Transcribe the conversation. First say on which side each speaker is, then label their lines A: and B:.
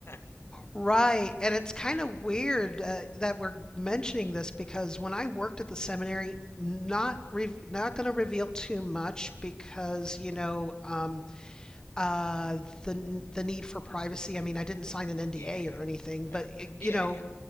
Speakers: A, on the left; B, on the left.
A: <laughs>
B: Right. And it's kind of weird uh, that we're mentioning this because when I worked at the seminary, not re- not going to reveal too much because, you know, um, uh, the the need for privacy. I mean, I didn't sign an NDA
A: yeah, yeah,
B: or anything,
A: Uh,
B: but
A: yeah,
B: you know,
A: yeah. yeah.